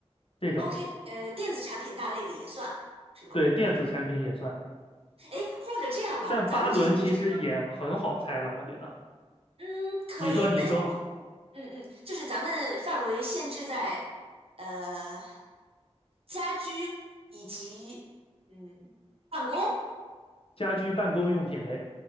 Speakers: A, on the left; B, on the right.
A: 这种，
B: OK 呃电子产品大类的也算是吗？
A: 对，电子产品也算。
B: 哎，或者这样吧，
A: 但八轮其实也很好猜了，
B: 咱们直接就说。
A: 我觉得。
B: 嗯，可以，
A: 你说，你说，
B: 那就，嗯嗯，就是咱们范围限制在呃家居以及嗯办公，
A: 家居办公用品类，